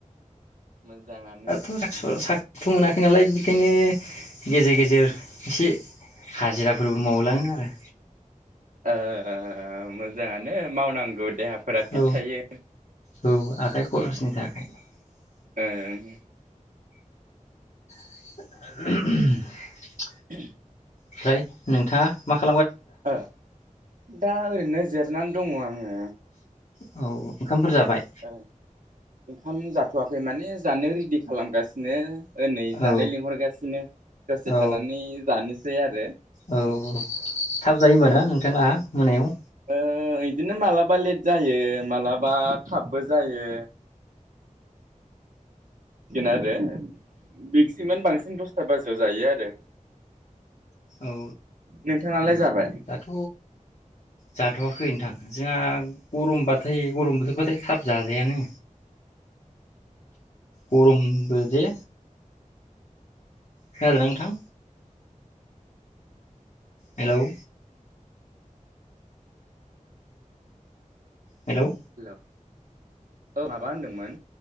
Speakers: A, on the right; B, on the left.
A: मोजाङानो
B: दाथ <unintelligible> थ मोनाखै नालाय बेखायनो गेजेर गेजेर एसे हाजिराफोरबो मावलाङो आरो
A: ओ ओ मोज मोजाङानो मावनांगौ देहाफोरा फिट
B: औ
A: थायो
B: औ आखाइ <unintelligible>
A: ओं
B: ओह ओहोम
A: हम
B: ओमफ्राय नोंथाङा माखा
A: ओ दा ओरैनो जि जिरनानै दङ आङो
B: औ ओंखामफोर जाबाय
A: ओं ओंखाम जाथ जाथवाखै माने जानो रेडि खालामगासिनो योनै
B: औ
A: जानाय लिंहरगासिनो दसे
B: औ
A: थानानै जानोसै आरो
B: औ थाब जायो होमबा ना नोंथांना मोनायाव
A: ओ बिदिनो मालाबा लेट जायो माबलाबा थाबबो जायो आरो मेक्सिमान बांसिन दसथा बाजियाव जायो आरो
B: औ
A: नोंथाङालाय जाबाय
B: दाथ' जाथ'वाखै नोंथां जोंहा गरमबाथाय गरम बोथोरबाथाय थाब जाजायानो गरमबो दे खोनादोंना नोंथां हेलौ हेलौ
A: औ माबा होनदोंमोन?